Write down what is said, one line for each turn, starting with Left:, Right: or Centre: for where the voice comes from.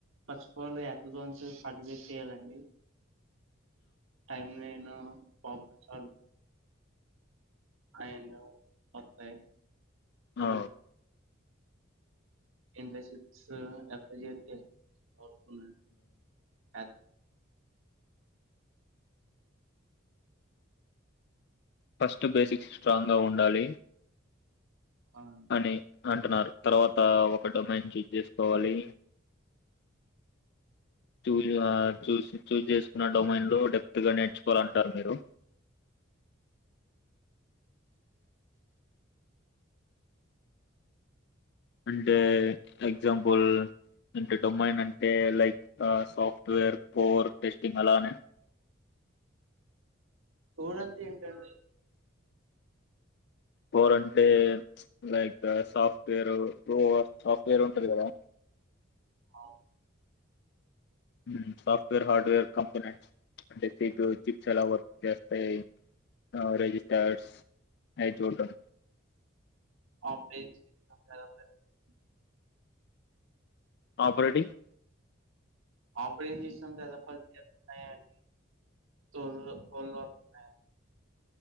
Right: ఫస్ట్ ఫోన్ ఎక్కడనుండి అడ్మిట్ చేయాలండి <unintelligible> టైం మెనూ <unintelligible> అయను కొత్తే <inaudible>
Left: ఆ
Right: ఎంత చిప్స్ ఎంత చేస్తే ఎంత అవుతుంది అండీ
Left: ఫస్ట్ బేసిక్స్ స్ట్రాంగ్ గా ఉండాలి
Right: అవును.
Left: అని అంటున్నారు తర్వాత ఒకటి మంచి తిసుకోవాలి చూ ఆ చూసి చూస్ చేసుకున్నాట్ డొమైన్ లో డెప్త్ గా నేర్చుకోవాలంటారు మీరు అంటే ఎగ్జాంపుల్ ఇంట డొమైన్ అంటే లైక్ సాఫ్ట్వేర్ పోర్ టెస్టింగ్ అలానే
Right: <unintelligible> అంటే ఏంటండి
Left: కోర్ అంటే లైక్ సాఫ్ట్వేర్ సాఫ్ట్వేర్ ఉంటది గదా
Right: అవ్
Left: హ్మ్ సాఫ్ట్వేర్ హార్డ్వేర్ కంపెని అంటే త్రీ టూ చిప్స్ ఎలా వర్క్ చేస్తాయి రిజిస్టార్స్ అయి చూడ్డం
Right: ఆ <unintelligible>
Left: ఆపరేటింగ్
Right: ఆపరేషన్ చేసినాం గదా పని జేత్తున్నాయా అని తొల్లు తో వొత్తున్నాయా